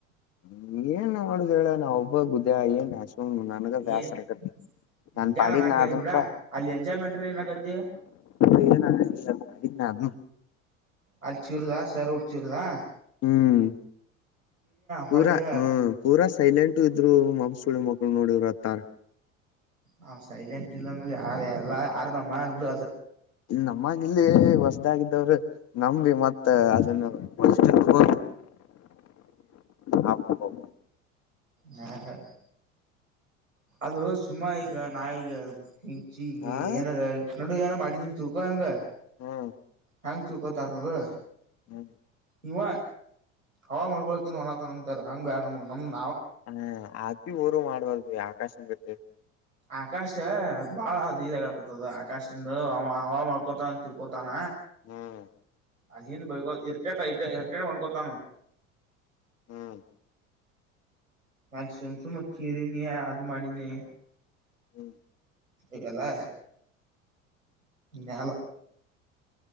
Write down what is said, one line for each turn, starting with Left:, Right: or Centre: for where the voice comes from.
Left: ಹ ಏನ್ ಮಾಡುದ ಹೇಳ ನಾವ ಒಬ್ಬ ಗುದ್ಯ ಏನ್ ನನ್ಗ ಬೇಸರ
Right: ಏನ್
Left: ಆಕ್ಕೆತಿ ನನ್
Right: ಗುಡ್ಡ್ಯಾನ
Left: ಪಾಡಿಗೆ
Right: ನಾಕ
Left: ನಾ
Right: ಏನ್
Left: ಅದನಪಾ
Right: ಬಿಡ ಅಲ್ಲಿ ಎಂಜಾಯ್ಮೆಂಟ್ರ ಏನಕತಿ
Left: ಅಏನ ಅನಾಗಿಲ ನನ್ ಪಾಡಿಗೆ ನನ್ ಅದು
Right: ಅಲ್ಲಿ ಚೂರುದಾ ಸರ್ ಉಡ್ ಚೂರದಾ
Left: ಹ್ಮ್ ಪೂರ್
Right: ಹೊಳ್ಳಿ
Left: ಹ್ಮ್ ಪೂರ್ ಸೈಲೆಂಟ್ ಇದ್ರು ಮಮ ಸುಳಿ ಮಕ್ಕಳು ನೋಡರು ಹತ್ತಾರ್ <unintelligible>
Right: ಹ್ ಸೈಲೆಂಟ್ ಇಲ್ಲ ಎಲ್ಲ ಆ ನ ಮಾಡ ಬಿಡು
Left: ನಮ್ಮಗಿಲ್ಲೆ ಹೊಸ ಇದಾಗಿದ್ದವರು ನಂಬಿ ಮತ್ತ ಅದನ್ನು ಹ ಹ ಹ
Right: ಹಾ ಹಾ ಅದು ಸುಮ್ಮ ಈಗ ನಾ ಈಗ ಈಗ
Left: ಆ
Right: ಏನಾರ ಕಡು ಏನಾರ ಮಾಡಿದನ್ ಚೂಕ ಹಂಗ
Left: ಹ್ಮ್
Right: ಫಂಕ್ಚು ಕತಾರ ರ
Left: ಹ್ಮ್
Right: ಇವ ಹವ ಮಾಡ್ಕೋಕಂದು ಒಣತ ಅಂತಾರೆ ಹಂಗ್ ಬ್ಯಾ ನಮ ನಮ್ದ
Left: ಹಾ ಅಿ ಊರು ಮಾಡ್ಬಾರ್ದ ಆಕಾಶನ್ ಗತ್ತ
Right: ಆಕಾಶ ಬಾಳೀದಾಗ ಆತತ್ದ ಆಕಾಶಿಂದ ಅವ ಹ ಮಾಡ್ಕೋತಾನ ಚಿಳ್ಕೋತಾನ
Left: ಹ್ಮ್
Right: ಅಲ್ಲಿಿಂದ ಬೈಕೋ ಇರಿಟೇಟ ಇ ಇರಿಟೇಟ್ ಹೊಂದ್ಕೋತಾನು
Left: ಹ್ಮ್
Right: ಅ ಸುಮ್ ಸುಮತ್ ಚೀರಿ ನೀಿ ಅ್ ಮಾಡಿನಿ
Left: ಹ್ಮ್
Right: ಇವೆಲ್ಲಾ ನಲ